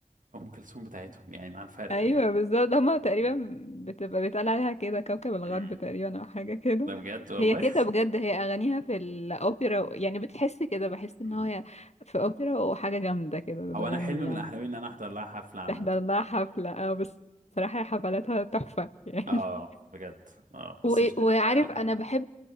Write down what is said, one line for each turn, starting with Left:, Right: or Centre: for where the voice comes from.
Right: أم كلثوم بتاعتهم يعني مع الفرق
Left: ايوه
Right: يعني
Left: بالظبط هما تقريبا
Right: مم.
Left: بتبقى بيتقال عليها كده كوكب الغرب
Right: مم.
Left: تقريبا او حاجه كده
Right: ده بجد والله
Left: هي كده بجد هي اغانيها في الاوبرا و- يعني بتحس كده بحس
Right: <laughs>
Left: ان هي في اوبرا وحاجه جامده كده
Right: هو
Left: بتغني
Right: انا حلم
Left: يعني
Right: من احلامي ان انا احضر لها حفله عامه
Left: تحضر لها حفله
Right: بجد
Left: اه بس بصراحه حفلاتها تحفه يعني
Right: اه بجد
Left: <laughs>
Right: اه بس
Left: و...
Right: مش عارف
Left: وعارف
Right: بقى هلحق
Left: انا بحب